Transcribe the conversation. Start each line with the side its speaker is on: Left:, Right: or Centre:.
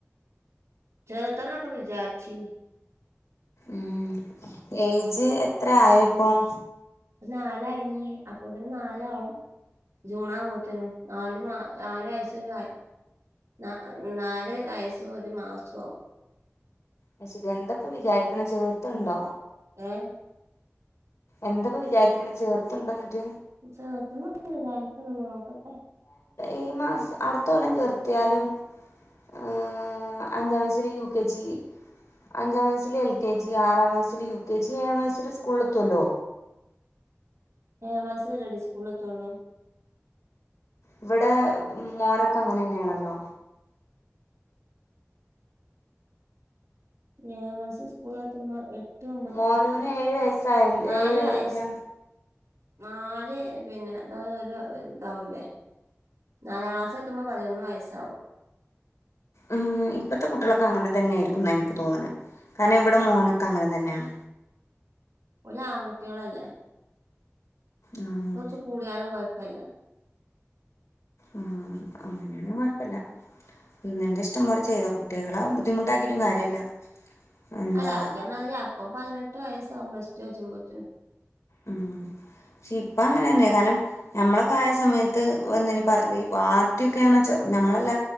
Right: ചേർത്തന്ന് ഒക്കെ വിചരിച്ചീന്
Left: ഉം ഏയ്ജ് എത്രയായി ഇപ്പം
Right: നാലായിന് അപ്പോത്തേനും നാല് ആവും ജൂണാവകുമ്പോത്തനും നാല് നാല് വയസ്സരു- നാ നാല് വയസ്സും ഒരു മാസവും.
Left: അത് ശരി എന്തപ്പ വിചാരിക്കണെ ചേർത്തുണ്ടോ
Right: ഏഹ്
Left: എന്താപ്പ വിചാരിക്കണെ ചേർത്തുണ്ടേ എന്നിട്ട്
Right: ചേർത്തുന്നു എന്ന് വിചിരിക്കുന്നു നോക്കട്ടെ
Left: ഈ മാസം അടുത്ത കൊല്ലം ചെർത്തിയാലും അഹ് അഞ്ചാം വയസ്സിൽ യു കെ ജി അഞ്ചാം വയസ്സിൽ എൽ കെ ജി ആറാം വയസ്സിൽ യു കെ ജി ഏഴാം വയസ്സിൽ സ്കൂളില് എത്തുല്ലോ
Right: ഏഴാം മാസമല്ലടി സ്കൂളലെതോള്ളൂ
Left: ഇവിടെ മോനൊക്കെ അങ്ങനെ തന്നെണല്ലോ
Right: ഏഴാം മാസം സ്കൂളിലെത്തുമ്പോ എട്ട്- എട്ട് ഒമ്പത്
Left: മോനൂന്
Right: പത്ത്
Left: ഏഴ് വയസ്സായ
Right: നാല്
Left: ഏഴ്
Right: വയസ്
Left: ഏഴാം
Right: നാല് പിന്നെ അത് ഒരു ഇതാവൂലേ നാലാം ക്ലാസ്സ് എത്തുമ്പോൾ പതിനൊന്ന് വയസ്സാവും
Left: അഹ് ഇപ്പത്തെ കുട്ടികളൊക്കെ അങ്ങനെ തന്നെയായിരിക്കും എന്നാ എനിക്ക് തോന്നണെ കാരണം ഇവിടെ മോനൊക്കെ അങ്ങനെ തന്നെയാണ്
Right: ഓല് ആൺകുട്ടികളല്ലേ
Left: ആഹ്
Right: കുറച്ച് കൂടിയാലും കുഴപ്പല്ല
Left: ആഹ് അങ്ങനെയാണെൽ കുഴപ്പല്ല നിന്റെ ഇഷ്ടം പോലെ ചെയ്തോ കുട്ടികളെ ബുദ്ധിമുട്ടാക്കിട്ടും കാര്യല്ല എന്താ
Right: അല്ല ഇജ്ജ് അപ്പൊ പതിനെട്ട് വയസ്സ് ആവും പ്ലസ് ടു കജ്ജുബ്ബത്തേനും.
Left: ഉം പക്ഷെ ഇപ്പ അങ്ങനെന്നെ കാരണം ഞമ്മളൊക്കെ ആയ സമയത്ത് വന്നിനിപ്പ ആദ്യക്കെ ആണന്നവെച്ച നമ്മളല്ല